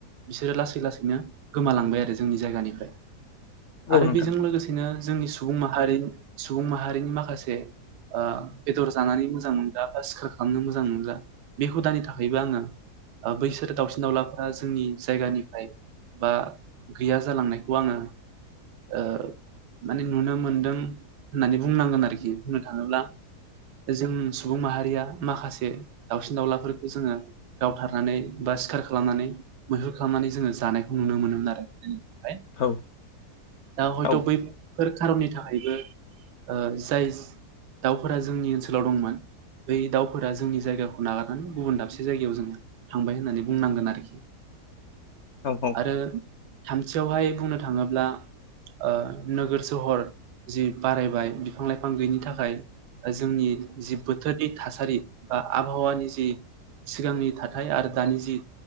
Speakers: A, on the right; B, on the left.
A: बिस सोरो लासै लासैनो गोमालांबाय आरो जोंनि जायगानिफ्राय आरो
B: औ नोंथां
A: बेजों लोगोसेनो जोंनि सुबुं माहारिन सुबुं माहारिनि ओ माखासे ओ बेदर जानानै मोजां मोनग्रा बा सिखार खालामनो मोजां मोनग्रा बे हु दानि थाखायबो आङो ओ बैसोर दावउसिन दाउलाफोरा जोंनि जायगानिफाय बा गैया जालांनायखौ आङो ओ माने नुनो मोनदों होननानै बुंनांगोन आरोखि बुंनो थाङोब्ला जों सुबुं माहारिया माखासे दावसिन दाउलाफोरखौ जोङो गावथारनानै बा सि सिखार खालामनानै मैहुर खालामनानै जोङो जानायखौ नुनो मोनोमोन आरो उम। <unintelligible>
B: औ औ
A: दा हयथ'
B: औ
A: बै फोर खारननि थाखायबो ओ जाय दाउफोरा जोंनि ओनसोलाव दंमोन बै दाउफोरा जोंनि जायगाखौ नागारनानै गुबुन दाबसे जायगायाव जोङो थांबाय होननानै बुंनांगोन आरोखि
B: औ
A: आरो थामथियावहाय बुंनो थाङोब्ला ओ नोगोर सहर जि बारायबाय बिफां लाइफां गैयनि थाखाय जों जि बोथोरनि थासारि बा आब हावानि जि सिगांनि थाथाय आरो दानि ओ जि